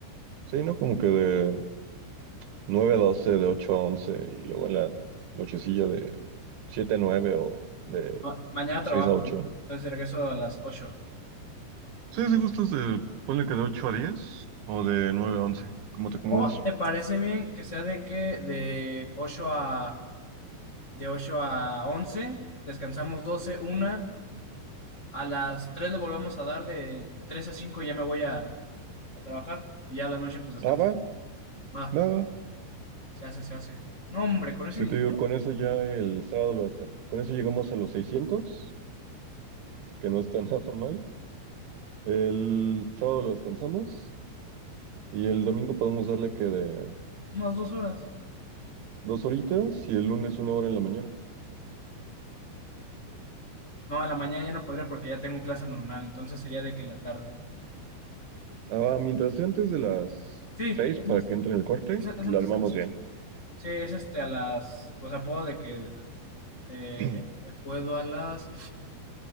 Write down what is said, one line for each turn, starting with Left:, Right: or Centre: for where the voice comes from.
Right: Sí, ¿no? Como que de nueve a doce, de ocho a once, y luego en la nochecilla de siete a nueve o de
Left: Ah, mañana
Right: seis
Left: trabajo,
Right: a ocho.
Left: entonces regreso a las ocho.
Right: Sí, si gustas de, ponle que de ocho a diez o de nueve a once, como te acomodes.
Left: ¿O te parece bien que sea de que de ocho a, de ocho a once descansamos 12 una, a las 3 le volvemos a dar de 3 a 5 ya me voy a, a trabajar y ya a la noche pues descansamos.
Right: Ah, va,
Left: Va,
Right: va, va.
Left: se hace, se hace. No, hombre, con ese
Right: Si
Left: dinero,
Right: te digo, con eso ya el sábado lo descansamos. Con eso llegamos a los 600, que no está <laughs> nada mal. El sábado lo descansamos y el domingo podemos darle que de
Left: unas dos horas.
Right: dos horitas y el lunes una hora en la mañana.
Left: No, a la mañana ya no podría porque ya tengo clase normal, entonces sería de que en la tarde.
Right: Ah, mientras sea antes de las
Left: Sí,
Right: seis
Left: es,
Right: para
Left: antes
Right: que entre en el corte,
Left: es- es
Right: la
Left: antes
Right: armamos
Left: de las seis.
Right: bien.
Left: Sí, es este a las, o sea, puedo de que eh,
Right: <clears throat>
Left: eh, puedo a las,